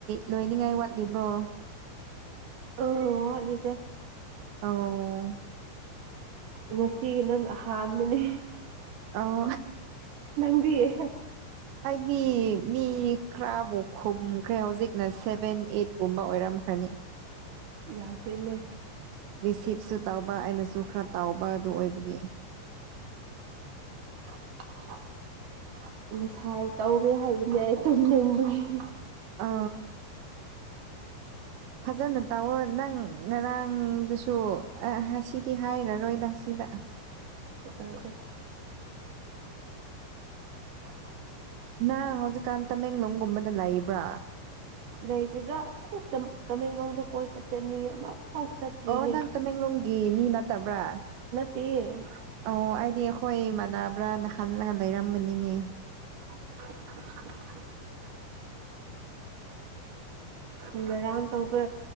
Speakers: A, on the right; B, on the right.
A: ꯂꯣꯏꯅꯤꯡꯉꯥꯏ ꯋꯥꯠꯂꯤꯕ꯭ꯔꯣ
B: ꯑꯣ ꯋꯥꯠꯂꯤꯗ
A: ꯑꯣ
B: ꯉꯁꯤ ꯅꯪ ꯑꯍꯥꯟꯕꯅꯦ
A: ꯑꯣ
B: ꯅꯪꯗꯤꯌꯦ
A: ꯃꯤ ꯃꯤꯈ꯭ꯔꯥꯕꯈꯣꯨꯝꯈ꯭ꯔ ꯑꯣꯖꯦ ꯅ ꯁꯚꯦꯟ ꯑꯩꯠꯀꯨꯝꯕ ꯑꯣꯏꯔꯝꯈ꯭ꯔꯅꯤ
B: ꯌꯥꯝ ꯀꯨꯏꯅꯦ
A: ꯔꯤꯁꯤꯞꯁꯨ ꯇꯧꯕ ꯑꯩꯅꯁꯨ ꯈꯔ ꯇꯥꯎꯕ ꯑꯗꯨ ꯑꯣꯏꯕꯒꯤ
B: <unintelligible> ꯉꯁꯥꯏ ꯇꯧꯒꯦ ꯍꯥꯏꯕꯅꯦ ꯑꯩ ꯇꯨꯝꯅꯤꯡꯕꯅꯤ
A: ꯑ ꯐꯖꯅ ꯇꯧꯑꯣꯣ ꯅꯪ ꯉꯔꯥꯡꯗꯨꯁꯨ ꯁꯤꯗꯤ ꯍꯥꯏꯔꯔꯣꯏꯗ ꯁꯤ ꯗ
B: ꯑꯥ ꯑꯥ <unintelligible>
A: ꯅ ꯍꯧꯖꯤꯛꯀꯥꯟ ꯇꯃꯦꯡꯂꯣꯡꯒꯨꯝꯕꯗ ꯂꯩꯕ꯭ꯔꯥ
B: ꯂꯩ ꯇꯗ ꯇꯃꯦꯡꯂꯣꯡꯗ ꯀꯣꯏ ꯄꯆꯟꯅꯤ ꯑꯃ ꯐꯥꯎ ꯆꯠꯇ꯭ꯔꯤꯅꯦ
A: ꯑꯣ ꯅꯪ ꯇꯃꯦꯡꯂꯣꯡꯒꯤ ꯃꯤ ꯅꯠꯇꯕ꯭ꯔꯥ
B: ꯇ
A: ꯑꯣ ꯑꯩꯗꯤ ꯑꯩꯈꯣꯏ ꯏꯃꯥꯟꯅꯕ꯭ꯔꯅ ꯈꯜꯂꯒ ꯂꯩꯔꯝꯕꯅꯤꯅꯦ
B: <unintelligible> ꯉꯔꯥꯡ ꯇꯧꯕ